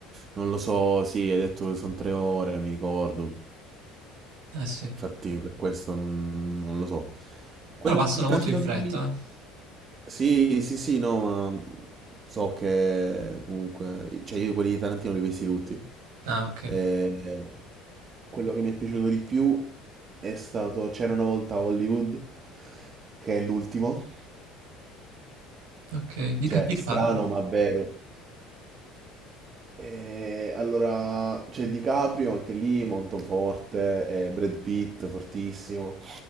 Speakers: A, on the right; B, on the right.
A: non lo so, sì, hai detto che sono tre ore, mi ricordo.
B: Eh sì.
A: Infatti, per questo non, non lo so. Quel
B: Però passano
A: di Tarantino
B: molto in fretta.
A: che mi...
B: eh.
A: Sì, sì, sì, no, ma so che comunque, cioè io quelli di Tarantino li ho visti tutti.
B: Ah, ok.
A: Eh, quello che mi è piaciuto di più è stato C'era una volta a Hollywood, che è l'ultimo.
B: Ok. Di
A: Cioè,
B: che, di che
A: strano
B: parla?
A: ma vero. Eh, allora, c'è DiCaprio anche lì, molto forte, e Brad Pitt, fortissimo.